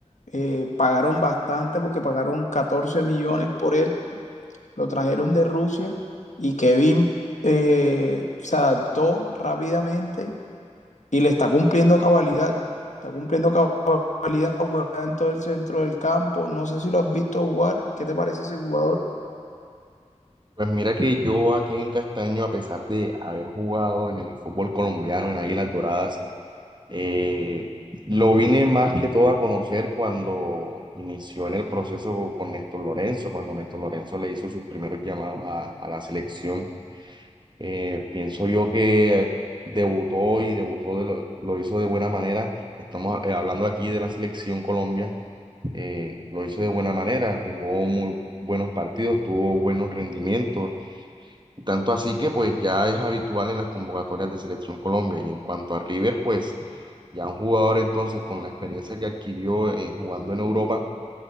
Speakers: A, on the left; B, on the right.
A: eh, pagaron bastante porque pagaron 14 millones por él, lo trajeron de Rusia y Kevin eh, se adaptó rápidamente y le está cumpliendo a cabalidad. Está cumpliendo a cabalidad, juega en todo el centro del campo. No sé si lo has visto jugar. ¿Qué te parece ese jugador?
B: Pues mira que yo aquí en Castaño, a pesar de haber jugado en el fútbol colombiano, en Águilas Doradas, eh, lo vine más que todo a conocer cuando inició en el proceso con Néstor Lorenzo, cuando Néstor Lorenzo le hizo sus primeros llamados a, a la selección. Eh, pienso yo que debutó y debutó de lo, lo hizo de buena manera. Estamos eh, hablando aquí de la selección Colombia eh, lo hizo de buena manera, jugó muy buenos partidos, tuvo buenos rendimientos, tanto así que pues ya es habitual en las convocatorias de Selección Colombia. Y en cuanto a River, pues ya un jugador entonces con la experiencia que adquirió eh, jugando en Europa